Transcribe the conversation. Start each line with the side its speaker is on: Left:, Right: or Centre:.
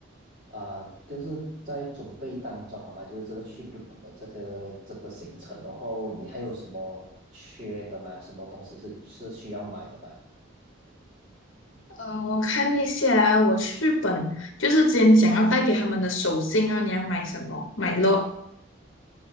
Right: 啊、就是在准备当中啊嘛，就是这个去日本的这个这个行程，然后你还有什么缺的吗？什么东西是是需要买的吗？
Left: 呃，我看一下啊，我去日本就是之前讲要带给他们的手信啊，你要买什么？买咯